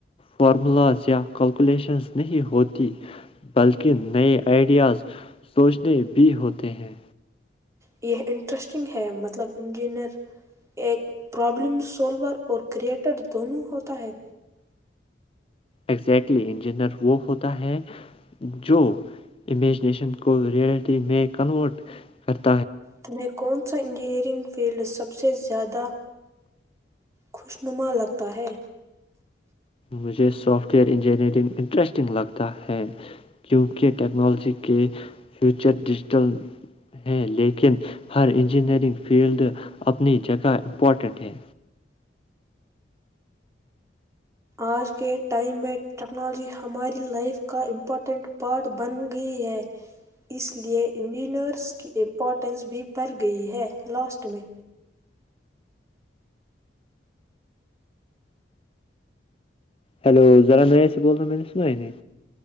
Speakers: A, on the left; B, on the right.
A: فارمولاز یا کلکولیشنز نہیں ہوتی بلکہ نئے آئیڈیاز سوچنے بھی ہوتے ہیں
B: یہ انٹرسٹنگ ہے مطلب انجینئر ایک پرابلم سولور اور کریٹر دونوں ہوتا ہے
A: ایزیکٹلی انجینئر وہ ہوتا ہے جو امیجینشن کو رئلٹی میں کنورٹ کرتے
B: تمیں کون سا انجینئرنگ فیلڈ سب سے زیادہ خوشنما لگتا ہے
A: مجھے سافٹ ویئر انجینئرنگ انٹرسٹنگ لگتا ہے کیونکہ ٹیکنالوجی کے فیوچر ڈیجیٹل ہیں لیکن ہر انجینئرنگ فیلڈ اپنی جگہ امپورٹنٹ ہے
B: آ کی ٹائم ہے ٹیکنالوجی ہماری لائف کا امپورٹنٹ پارٹ بن گئی ہے اس لیے انجینئرس کی امپورٹینس بھی بڑھ گئی ہے لاسٹ میں
A: ہیلو ذرا نیا سے بول رہے ہیں میں نے سنا ہی نہیں